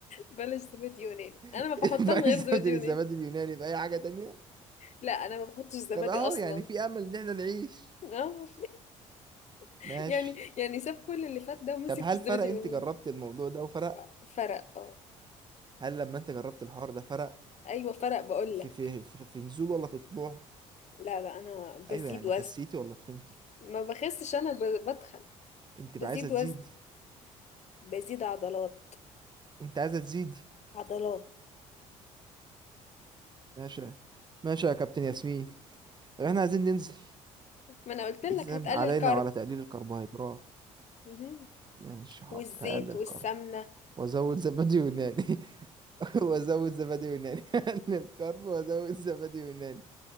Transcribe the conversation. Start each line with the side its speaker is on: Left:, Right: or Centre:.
Left: بلاش زبادي يوناني انا
Right: <laughs>
Left: ما بحطها
Right: فعايز
Left: من غير زبادي
Right: استبدل
Left: يوناني
Right: الزبادي اليوناني باي حاجه تانية
Left: لا انا ما بحطش زبادي
Right: طب اهو
Left: اصلا
Right: يعني في امل ان احنا نعيش
Left: اه <laughs>
Right: ماشي
Left: يعني يعني ساب كل اللي فات ده ومسك
Right: طب هل
Left: في الزبادي
Right: فرق انت
Left: اليوناني
Right: جربت الموضوع ده وفرق
Left: آه، فرق اه
Right: هل لما انت جربت الحوار ده فرق
Left: ايوه فرق بقول
Right: في
Left: لك
Right: في في, في نزول ولا في طلوع
Left: لا لا انا بزيد
Right: ايوه يعني
Left: وزن
Right: خسيتي ولا تخنتي
Left: ما بخسش انا ب- بتخن
Right: انت
Left: بزيد
Right: بقى عايزه تزيدي
Left: وزن بزيد عضلات
Right: انت عايزة تزيدي
Left: عضلات
Right: ماشي ماشي يا كابتن ياسمين طب احنا عايزين ننزل
Left: ما انا قلت لك
Right: اذا
Left: هتقلل
Right: علينا
Left: كارب
Right: وعلى تقليل الكربوهيدرات
Left: مهم.
Right: ماشي حاضر
Left: والزيت
Right: هقلل
Left: والسمنه
Right: كرب وازود زبادي يوناني <laughs> وازود زبادي يوناني <laughs> هقلل كرب وازود زبادي يوناني